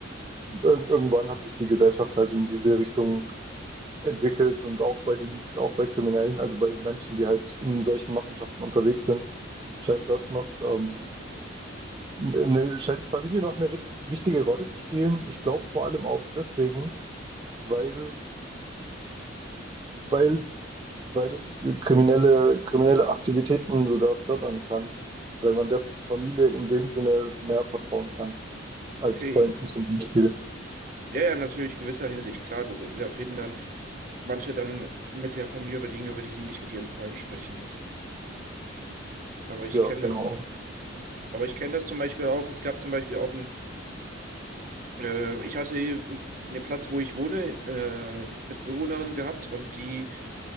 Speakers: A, on the right; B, on the right.
A: irg- irgendwann hat sich die Gesellschaft halt in diese Richtung entwickelt und auch bei den, auch bei Kriminellen, also bei Menschen, die halt in solchen Machenschaften unterwegs sind, scheint das noch, ähm, eine, scheint Familie noch eine recht wichtige Rolle zu spielen. Ich glaube vor allem auch deswegen, weil, weil, weil es kriminelle, kriminelle Aktivitäten sogar fördern kann, weil man der Familie in dem Sinne mehr vertrauen kann als
B: Okay.
A: Freunden zum Beispiel.
B: Ja, ja, natürlich, in gewisser Hinsicht. Klar, du, re- da reden dann manche dann mit der Familie über Dinge, über die sie nicht mit ihren Freunden sprechen oder so. Aber ich
A: Ja,
B: kenne
A: genau.
B: das. Aber ich kenne das zum Beispiel auch. Es gab zum Beispiel auch ein, äh, ich hatte äh, an dem Platz, wo ich wohne, äh, Mitbewohnerin gehabt und die,